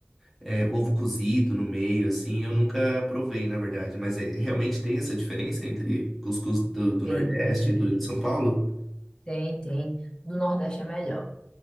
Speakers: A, in the centre; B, on the left.
A: é, ovo cozido no meio, assim, eu nunca provei, na verdade. Mas é, realmente tem essa diferença entre cuscuz do, do
B: Tem,
A: Nordeste
B: tem, tem.
A: e do de São Paulo?
B: Tem, tem. Do Nordeste é melhor.